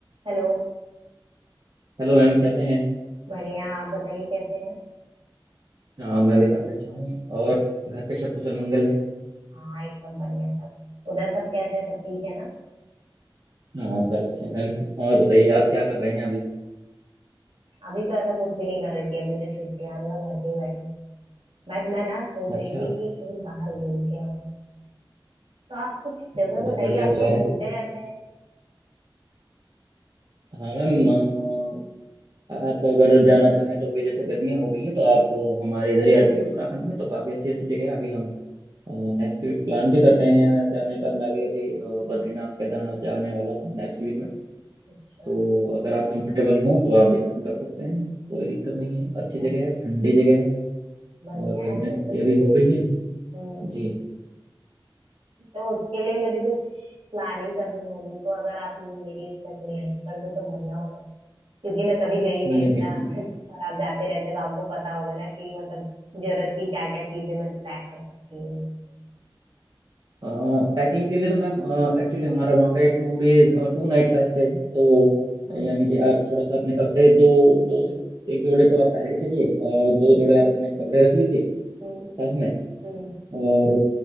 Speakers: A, on the right; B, on the right.
A: Hello
B: Hello ma'am कैसे हैं
A: बढ़िया आप बताइए कैसे हैं
B: हाँ मैं भी काफ़ी अच्छा हूँ और घर पे सब कुशल मंगल हैं
A: हाँ एकदम बढ़िया सब उधर सब कैसे हैं सब ठीक है ना
B: हाँ सब अच्छे हैं मैम और बताइए आप क्या कर रहे हैं अभी
A: अभी तो ऐसा कुछ भी नहीं कर रही थी अभी तो छुट्टियां हैं, तो मैं घर पे ही बैठी थी बट मैं ना सोच
B: अच्छा
A: रही थी कि कहीं बाहर घूम के आऊँ तो आप कुछ जगह
B: बहुत
A: बताइए
B: बढ़िया
A: आप
B: विचार
A: तो घूमते
B: है
A: रहते हैं
B: हाँ मैम अ, आप अगर जाना चाहें तो अभी जैसे गर्मियाँ हो गई हैं तो आप अ, हमारे इधर ही आ जाइए उत्तराखंड में तो काफ़ी अच्छी अच्छी जगह है अभी हम नेक्स्ट वीक प्लान भी कर रहे हैं जाने का मैं भी अभी अ, बद्रीनाथ केदारनाथ जाने वाला हूँ नेक्स्ट वीक में
A: अच्छा
B: तो अगर आप कंफर्टेबल हों तो आप भी ज्वाइन कर सकते हैं कोई दिक्कत नहीं है अच्छी जगह
A: बड़े-
B: है ठंडी जगह है
A: बढ़िया
B: और गर्मियाँ
A: है फिर
B: क्योंकि
A: तो
B: अभी हो गई हैं
A: हम्म
B: जी
A: तो उसके लिए मुझे कुछ प्लानिंग करनी होगी तो अगर आप मेरी इसमें थोड़ी हेल्प कर दे तो बढ़िया होगा क्योंकि मैं कभी गई नहीं
B: नहीं नहीं बिल्कुल
A: ना <laughs> और आप जाते रहते तो आपको पता होगा ना कि मतलब जरूरत की क्या क्या चीजें मैं पैक कर सकती हूँ
B: पैकिंग के लिए तो मैम एक्चुअली हमारा वहाँ पे टू डेज टू नाइट का स्टे है तो
A: हम्म
B: यानी कि आप थोड़ा सा अपने कपड़े दो दो से एक जोड़े तो आप पहन के चलिए और दो जोड़े आप अपने कपड़े रख लीजिए
A: हम्म,
B: साथ में
A: हम्म।
B: और